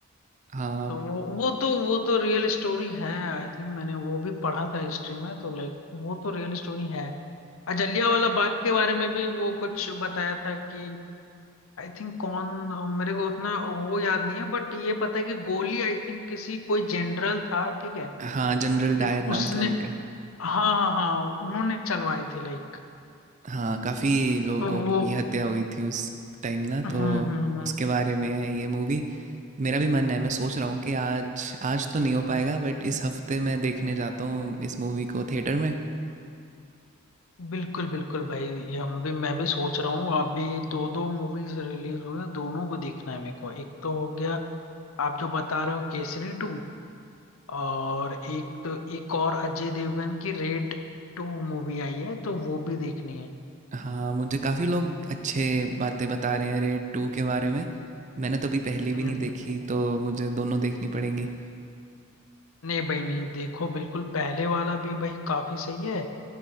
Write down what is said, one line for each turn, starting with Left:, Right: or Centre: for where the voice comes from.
Right: हाँ
Left: तो वो वो तो वो तो रियल स्टोरी है आई थिंक मैंने वो भी पढ़ा था हिस्ट्री में तो लाइक वो तो रियल स्टोरी है अजलिया वाला बाग के बारे में भी वो कुछ बताया था कि आई थिंक कौन मेरे को उतना वो याद नहीं है बट ये पता है कि गोली आई थिंक किसी कोई जनरल था ठीक है
Right: हाँ जनरल डायर
Left: एक
Right: नाम
Left: उसने
Right: था उनका
Left: हाँ हाँ हाँ उन्होंने चलवाई थी लाइक
Right: हाँ काफ़ी लोगों
Left: तो
Right: की
Left: वो
Right: हत्या हुई थी उस टाइम ना
Left: हम्म
Right: तो
Left: हम्म हम्म हम्म।
Right: उसके बारे में है ये मूवी मेरा भी मन है मैं सोच रहा हूँ कि आज आज तो नहीं हो पाएगा बट इस हफ्ते मैं देखने जाता हूँ इस मूवी को थिएटर में
Left: बिल्कुल बिल्कुल भाई ये हम भी मैं भी सोच रहा हूँ अभी दो दो मूवीज रिलीज हुई हैं, दोनों को देखना है मेरे को एक तो हो गया आप जो बता रहे हो केसरी टू और एक तो एक और अजय देवगन की रेड टू मूवी आई है तो वो भी देखनी है
Right: हाँ मुझे काफ़ी लोग अच्छे बातें बता रहे हैं रेड टू के बारे में मैंने तो अभी पहली
Left: हम्म,
Right: भी नहीं
Left: हम्म,
Right: देखी
Left: हम्म।
Right: तो मुझे दोनों देखनी पड़ेंगी
Left: नहीं भाई नहीं देखो बिल्कुल पहले वाला भी भाई काफी सही है